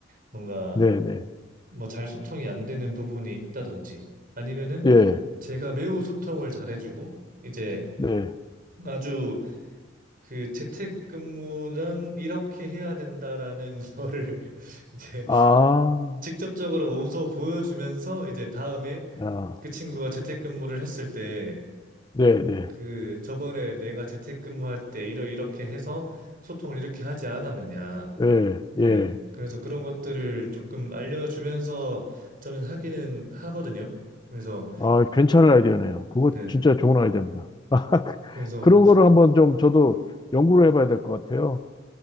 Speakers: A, on the right; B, on the left.
A: 뭔가
B: 네, 네.
A: 뭐 잘 소통이 안 되는 부분이 있다든지 아니면은
B: 예.
A: 제가 매우 소통을 잘해주고 이제
B: 네.
A: 아주 그 재택근무는 이렇게 해야 된다라는 <laughs> 거를 이제
B: 아,
A: 직접적으로 몸소 보여주면서 이제 다음에
B: 아.
A: 그 친구가 재택근무를 했을 때
B: 네, 네.
A: 그 저번에 내가 재택근무할 때 이러 이렇게 해서 소통을 이렇게 하지 않았느냐.
B: 예,
A: 네.
B: 예.
A: 그래서 그런 것들을 조금 알려주면서 저는 하기는 하거든요. 그래서
B: 아, 괜찮은 아이디어네요. 그거
A: 네.
B: 진짜 좋은 아이디어입니다. <laughs>
A: 그래서
B: 그런 거를 한번 좀 저도 연구를 해봐야 될 것 같아요.